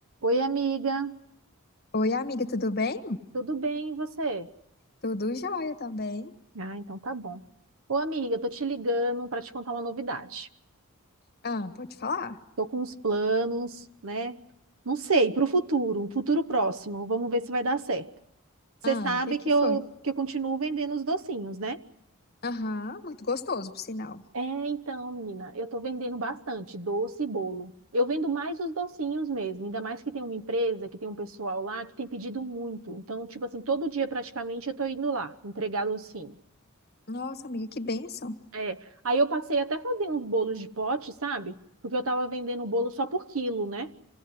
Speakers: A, on the right (about 70°); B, on the left (about 45°).
A: Oi, amiga,
B: Oi, amiga, tudo bem?
A: tudo bem e você?
B: Tudo jóia também.
A: Ah, então tá bom. Ô, amiga, tô te ligando para te contar uma novidade.
B: Ah, pode falar?
A: Tô com uns planos, né? Não sei, para o futuro, um futuro próximo. Vamos ver se vai dar certo. Você
B: Ah,
A: sabe
B: o que que
A: que eu,
B: foi?
A: que eu continuo vendendo os docinhos, né?
B: Aham, muito gostoso, por sinal.
A: É, então, menina, eu tô vendendo bastante doce e bolo. Eu vendo mais os docinhos mesmo, ainda mais que tem uma empresa, que tem um pessoal lá que tem pedido muito. Então, tipo assim, todo dia praticamente eu tô indo lá entregar docinho.
B: Nossa, amiga, que bênção.
A: É. Aí eu passei até a fazer uns bolos de pote, sabe? Porque eu tava vendendo bolo só por quilo, né?